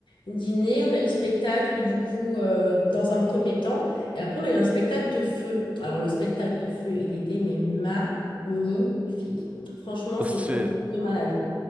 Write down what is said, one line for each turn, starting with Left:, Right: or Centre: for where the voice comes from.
Left: Dîner, on a eu spectacle du coup euh, dans un premier temps. Et après, on a eu un spectacle de feu. Alors, le spectacle de feu, il était mais magnifique. Franchement,
Right: Parce
Left: c'était
Right: que C'est
Left: un truc de malade.